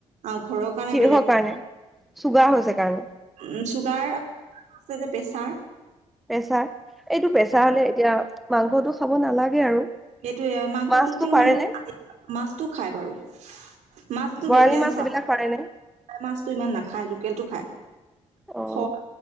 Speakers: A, on the right (about 75°); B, in the centre.
A: আৰু ঘৰৰ কাৰণে
B: কিহৰ
A: বেলেগ,
B: কাৰণে চুগাৰ হৈছে কাৰণে
A: উ চুগাৰ আছে যে পেছাৰ
B: পেছা এইটো পেছা হলে এতিয়া মাংসটো খাব নালাগে আৰু
A: সেইটোয়ে মাংসটোতেও
B: মাছটো পাৰেনে
A: মানে মাছটো খায় বাৰু। মাছটো
B: বৰালি
A: বিশেষ
B: মাছ
A: চাব
B: এইবিলাক পাৰেনে
A: মাছটো ইমান নাখায় লোকেলটো খায়।
B: অ
A: খক